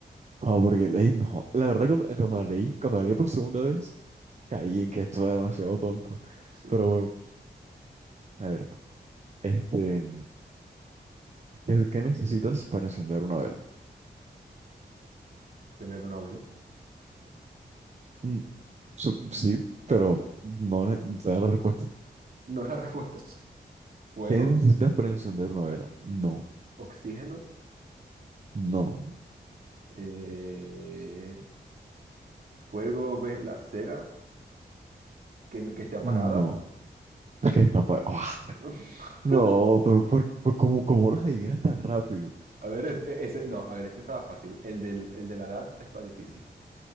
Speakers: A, on the right; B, on the right.
A: Ah, porque leí, no, la verdad cuando, eh, cuando la leí, cuando la leí por segunda vez, caí en que esto era demasiado tonto.
B: Sí,
A: Pero bueno, a ver, este. ¿Qué, qué necesitas para encender una vela?
B: tener una vela.
A: Mm, su- sí, pero no ne- no te da la respuesta.
B: No es la respuesta. Fuego,
A: ¿Qué necesitas para encender una vela? No,
B: oxígeno,
A: no,
B: eh, fuego, ves la cera que, n- que esté apagada.
A: no. Es que está fa- ¡Ah!
B: <laughs>
A: No, pero ¿por, por cómo, cómo las adivinas tan rápido?
B: A ver, es- e- ese, no, a ver, este estaba fácil. El del, el de la edad está difícil.